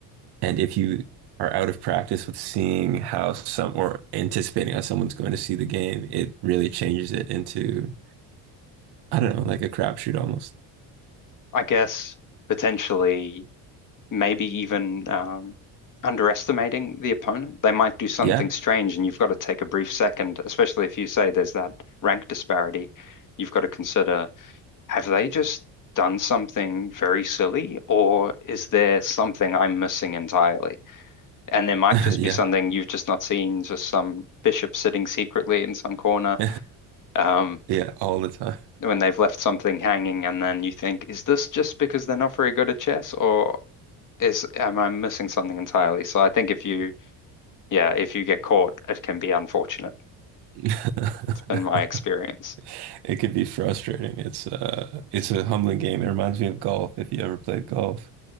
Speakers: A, on the right; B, on the left.
A: and if you are out of practice with seeing how some or anticipating how someone's going to see the game, it really changes it into I don't know, like a crapshoot almost.
B: I guess potentially maybe even um, underestimating the opponent. They might do something
A: Yeah,
B: strange and you've got to take a brief second, especially if you say there's that rank disparity. You've got to consider, have they just done something very silly, or is there something I'm missing entirely? And there might
A: <laughs>
B: just
A: yeah,
B: be something you've just not seen, just some bishop sitting secretly in some corner.
A: <laughs>
B: Um,
A: yeah, all the time.
B: when they've left something hanging and then you think, is this just because they're not very good at chess or is am I missing something entirely? So I think if you, yeah, if you get caught, it can be unfortunate.
A: <laughs>
B: It's been my experience.
A: It could be frustrating. It's uh it's a humbling game. It reminds me of golf if you ever played golf.